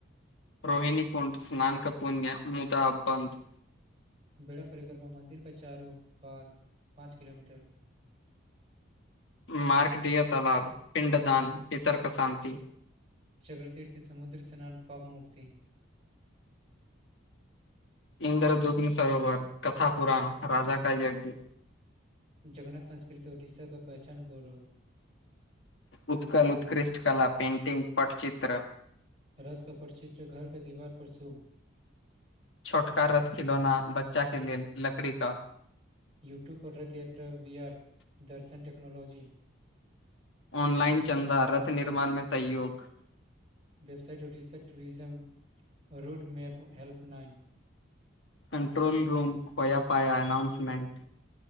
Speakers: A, on the left; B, on the right.
A: रोहिणी कुंट स्नाानक पुण्य मुदा अब बन्द
B: बेड़ा परिकरमा मन्दिरके चारू ओर बाद पाँच किलोमीटर
A: <inaudible> मार्कडिय तालाब पिंडदान पितरक शांति
B: चक्रतीर्थ समुद्र स्नान पाप मुक्ति
A: इन्द्रदुग्न सरोवर कथा पुराण राजा का यज्ञ
B: जगन्नाथ संस्कृत उड़ीसाक पहचान गौरव
A: उत्कल उत्कृष्ट कला पेन्टिंग पटचित्र
B: रथ का परचित्र घरके दीवार पर शुभ
A: छोटका रथ खिलौना बच्चा के लेल लकड़ी का
B: यूट्यूब पर रथ यात्रा वीआर दर्शन टेक्नोलॉजी
A: ऑनलाइन चन्दा रथ निर्माण में सहियोग
B: वेबसाट उडीसेट tourism route map help line
A: control room खोया पाया announcement